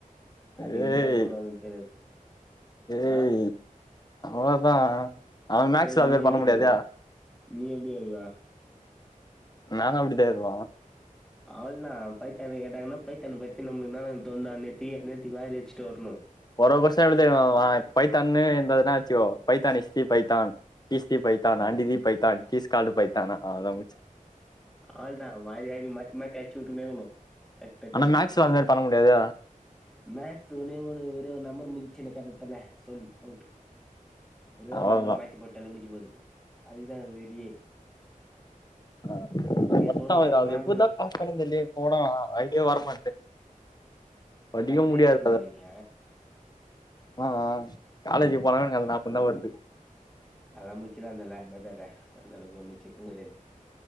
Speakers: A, in the centre; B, on the left.
A: அது
B: ஏய்
A: எப்டிதா போடுவாங்கன்னு தெரியாது
B: ஏய்
A: அ
B: அவ்ளோதா அவ மேக்ஸ்ல
A: சேரி
B: அதுமாரி
A: நீ எப்டி
B: பண்ண முடியாதே
A: எழுதுவ நீ எப்டி எழுதுவ
B: நானு அப்டிதா எழுதுவ
A: அவள்தா பைத்தான கேட்டாங்கனா பைத்தான பத்தி நம்முளுக்கு இன்னால தோன்தோ அன்னேத்திக் அன்னேத்திக்கு வாரி அச்சிட்டு வர்ணோ
B: ஒர வர்ஷ எப்டி தெரிமா மாமா பைத்தான்னு இருந்ததுனா வெச்சுக்கோ Python இஸ்தி Python இஷ்தி Python
A: ah
B: and the Python it is called Python அவ்ளதா முச்
A: அவ்ளதா மாறி ஆயிடோ மாத்தி மாத்தி அச்சு வுட்டுக்குணே இக்குனோ டக்கு டக்குன்னு
B: ஆனா மேக்ஸ்ல அது மாரி பண்ண முடியாதே
A: மேக்ஸ் ஒன்னே ஒன்னு வெறு நம்பர் முஞ்சுச்சுனே கதத்துல்ல ஜோலி அவுட்டு ஒரே ஒரு
B: அவ்ளோதா
A: நம்பர் மாத்தி போட்டாலே முஞ்சி போது அதுக்குதா ஆவுது வெரியே
B: ஆ மொத்தோ
A: சொல்ட்டாங்க
B: ஆவுதுடா அது
A: மேமு
B: எப்டிதா பாஸ் பண்ணனு தெர்லயே இப்பகூட அய்டியா வர மாட்டு படிக்கவே
A: அதா
B: முடியாது
A: யோசிச்சுனுக்குறியா
B: தோழா
A: நீ
B: ஆ ஆ காலேஜ்க்கு போனலு அது ஞாபகந்தா வருது
A: அதல்லா முச்சிலா தல பயப்படாத அந்தளவுக்கு ஒன்னியோ சிக்கோ கெடயாது